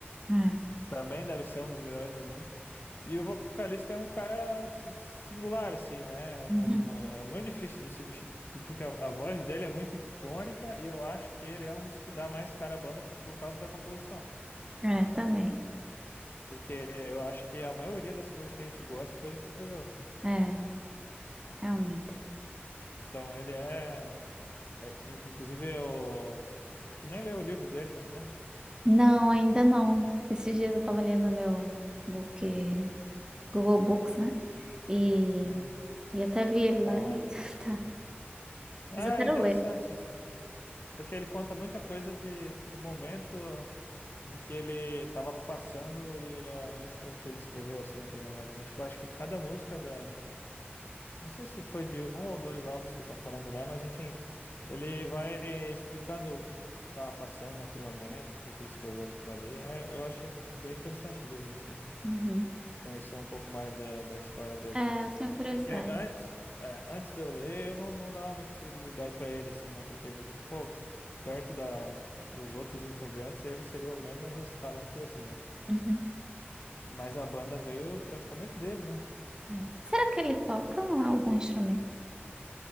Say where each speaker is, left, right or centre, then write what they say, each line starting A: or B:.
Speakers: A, on the right (about 20°); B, on the left (about 55°).
A: É.
B: Também deve ser um dos melhores do mundo. E o vocalista é um cara s- singular, assim, né?
A: Uhum.
B: Não, não- é muito difícil de substituir, porque a, a voz dele é muito icônica e eu acho que ele é um dos que dá mais cara à banda por causa da composição.
A: É, também.
B: Porque eu acho que a maioria das coisas que a gente gosta foi ele que escreveu.
A: É, realmente.
B: Então ele é. é in- inclusive, o... tu nem leu o livro dele, né?
A: Não, ainda não. Esses dias eu tava lendo meu book, Google Books, né? E,
B: Hum,
A: e até vi ele
B: tá
A: lá
B: lá.
A: e <laughs> tá.
B: Ah,
A: Mas eu quero
B: é interessante,
A: ler.
B: assim, porque ele conta muita coisa de, do momento em que ele estava passando e a música que ele escreveu, assim, naquele momento, né? Tipo, acho que cada música da... Não sei se foi de um ou dois álbuns que tá falando lá, mas enfim, ele vai explicando o que que tava passando naquele momento, por que que ele escreveu aquilo ali. É, eu achei bem interessante o livro em si,
A: Uhum.
B: conhecer um pouco mais da, da história dele.
A: É, eu tenho curiosidade.
B: Porque antes, é, antes de eu ler, eu não, não dava muita credibilidade pra ele, assim, não, porque, pô, perto da, dos outros integrantes, ele seria o menos <laughs> talentoso, né?
A: Uhum.
B: Mas a banda veio praticamente dele, né?
A: É. Será que ele toca algum instrumento?